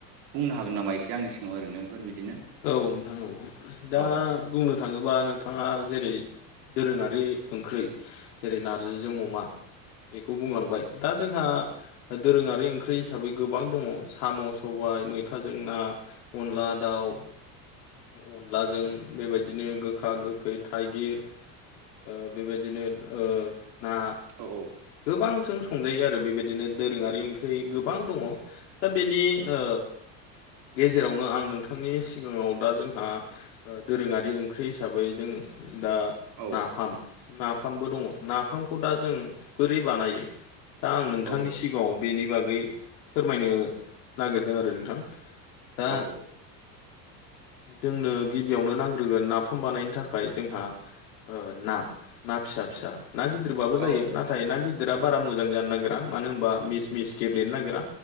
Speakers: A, on the right; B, on the left.
A: बुंनो हागोन नामा एसे आंनि सिगाङाव ओरैनोफोर बिदिनो
B: औ नोंथां। औ दा
A: औ
B: बुंनो थाङोबा नोंथाङा जेरै दोरोङारि ओंख्रि जेरै नारजिजों अमा बेखौ बुंलांबाय
A: औ
B: दा जोंहा दोरोङारि ओंख्रि हिसाबै गोबां दङ साम' सबाय मैथाजों ना अनला। दाउ अनलाजों बेबायदिनो गोखा गोखै थाइगिर ओ बेबायदिनो ओ ना
A: औ
B: गोबां जों संजायो आरो बेबायदिनो दोरोङारि ओंख्रि गोबां दङ' दा बेनि ओ गेजेरावनो आं नोंथांनि सिगाङाव दा जोंहा दोरोङारि ओंख्रि हिसाबै दोङो दा
A: औ
B: नाफाम - नाफामबो दङ' नाफाम खौ दा जों बोरै बानायो दा आं नोंथांनि
A: औ
B: सिगाङाव बेनि बाग गै फोरमायनो नागिरदों आरो नोंथां दा
A: औ औ
B: जोंनो गिबियावनो नांग्रोगोन नाफाम बानायनो थाखाय जोंहा ओ ना ना फिसा फिसा ना गि दिरबाबो जायो
A: औ
B: नाथाय ना गिदिरा बारा मोजां जानो नागिरा मानो होनबा मिस मिस गेब्लेनो नागिरा।